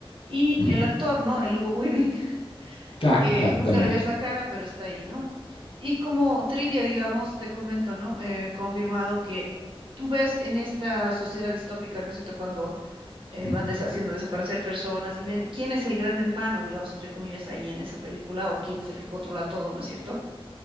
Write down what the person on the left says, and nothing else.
uh
-huh.
Claro,
claro,
totalmente.
Uh-huh,